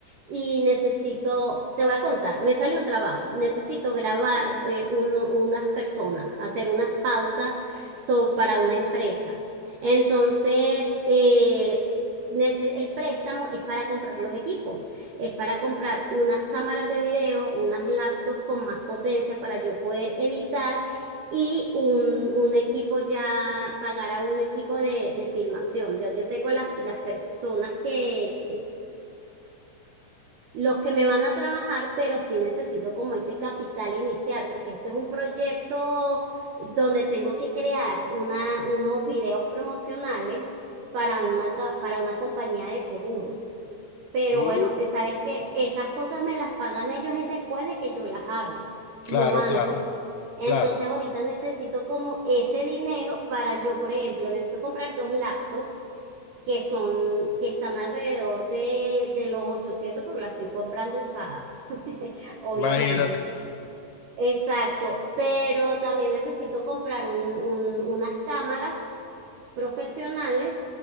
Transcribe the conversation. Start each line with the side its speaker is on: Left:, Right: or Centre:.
Right: y necesito, te voy a contar, me salió un trabajo, necesito grabar eh, un- unas personas, hacer unas pautas so- para una empresa. Entonces, eh, nece- el préstamo es para comprar los equipos, es para comprar unas cámaras de video, unas laptops con más potencia para yo poder editar y un, un equipo ya, pagar a un equipo de, de filmación. Ya yo tengo las, las personas que, los que me van a trabajar, pero sí necesito como ese capital inicial, porque este es un proyecto donde tengo que crear una, unos videos promocionales para una, ca- para una compañía de seguros. Pero
Left: Mm,
Right: bueno, eh, sabes que esas cosas me las pagan ellos es después de que yo las haga,
Left: claro,
Right: no antes.
Left: claro,
Right: Entonces
Left: claro,
Right: ahorita necesito como ese dinero para yo, por ejemplo, necesito comprar dos laptops que son, que están alrededor de, de los 800 porque las estoy comprando usadas, <laughs> obviamente.
Left: imagínate.
Right: Exacto, pero también necesito comprar un- un- unas cámaras profesionales